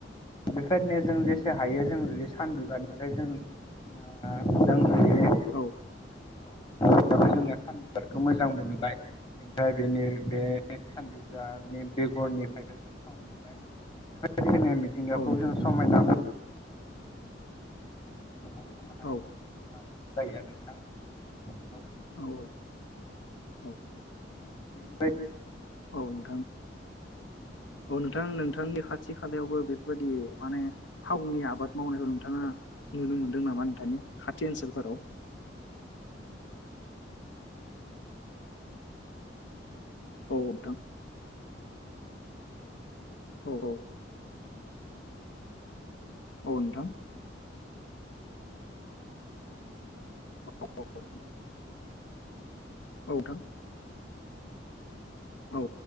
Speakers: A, on the left; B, on the left.
A: बेफौरबायदिनोया जों जेसे हायो जों जुदि सानबिबारनिफ्राय जों जुदि
B: औ
A: जोंङो सान बिबारखौ मोजांमोनबोबाय ओमफ्राय बेनि बे सान बिबारनि बेगरनिफ्रायबो जों थाव मोनबाय <unintelligible> मिथिंगाखौबो
B: औ
A: जों समायना <unintelligible> माहारिनिबो
B: औ
A: मुलाम्फा जायो आरो नोंथां
B: औ औ
A: <inaudible>
B: औ नोंथां
A: <inaudible>
B: औ नोंथां नोंथांनि खाथि खालायावबो बेफोरबायदि माने थावनि आबाद मावनायखौ नोंथाङा नुनो मोनदों नामा नोंथांनि खाथि ओनसोलफोराव
A: <inaudible>
B: औ नोंथां औ औ औ नोंथां <unintelligible> औ नोंथां औ